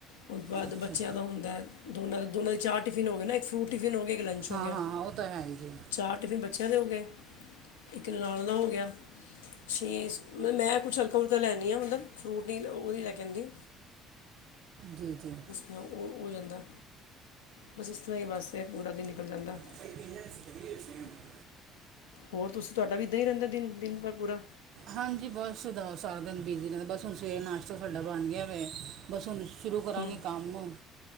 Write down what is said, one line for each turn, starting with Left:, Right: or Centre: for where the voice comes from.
Left: ਉਹ ਤੋਂ ਬਾਅਦ
Right: ਅੱਛਾ
Left: ਬੱਚਿਆਂ ਦਾ ਹੁੰਦਾ, ਦੋਨਾਂ ਦੇ ਦੋਨਾਂ ਦੇ ਚਾਰ ਟਿਫਿਨ ਹੋ ਗਏ ਨਾ, ਇੱਕ ਫਰੂਟ ਟਿਫਿਨ ਹੋ ਗਏ, ਇੱਕ ਲੰ ਕੁਛ
Right: ਹਾਂ
Left: ਹੋ ਗਿਆ,
Right: ਹਾਂ ਹਾਂ ਉਹ ਤਾਂ ਹੈ ਹੀ ਜੀ
Left: ਚਾਰ ਟਿਫਿਨ ਬੱਚਿਆਂ ਦੇ ਹੋ ਗਏ, ਇੱਕ ਨਨਾਣ ਦਾ ਹੋ ਗਿਆ ਛੇ ਮਤਲਬ ਮੈਂ ਕੁਛ ਹਲਕਾ- ਹੁਲਕਾ ਲੈਣੀ ਆਂ, ਮਤਲਬ ਫਰੂਟ ਨਹੀਂ ਉਹ ਨਹੀਂ ਲੈ ਜਾਂਦੀ
Right: ਜੀ- ਜੀ
Left: ਹਾਂ ਓ ਹੋ ਜਾਂਦਾ, ਬਸ ਇਸ ਤਰ੍ਹਾਂ ਹੀ ਬੱਸ ਤੇ ਪੂਰਾ ਦਿਨ ਨਿਕਲ ਜਾਂਦਾ।
Right: <unintelligible>
Left: ਹੋਰ, ਤੁਸੀਂ ਤੁਹਾਡਾ ਇੱਦਾਂ ਹੀ ਰਹਿੰਦਾ ਦਿਨ-ਦਿਨ ਭਰ ਪੂਰਾ?
Right: ਹਾਂਜੀ, ਬਸ ਦ ਸਾਰਾ ਦਿਨ ਬਿਜ਼ੀ ਰਹਿੰਦਾ, ਬਸ ਹੁਣ ਸਵੇਰੇ ਨਾਸ਼ਤਾ ਸਾਡਾ ਬਣ ਗਿਆ ਵੈ ਬਸ ਹੁਣ ਸ਼ੁਰੂ ਕਰਾਂਗੇ
Left: ਹੂੰ
Right: ਕੰਮ